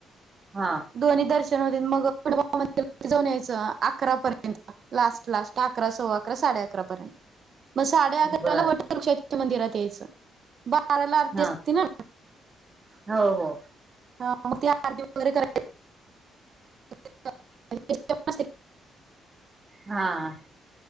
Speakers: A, on the right; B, on the right.
A: हा.
B: दोन्ही दर्शन होते. मग <inaudible> मंदिरामध्ये जाऊन यायचं अकरा पर्यंत. लास्ट लास्ट अकरा, सव्वा अकरा, साडे अकरा पर्यंत. मग साडे अकराला
A: बर
B: वटवृक्षाच्या मंदिरात यायचं. बाराला आरती
A: हा
B: असती ना. <unintelligible>
A: हो हो.
B: हा मग ती आरती वगैरे करायची. करायची
A: हा हा.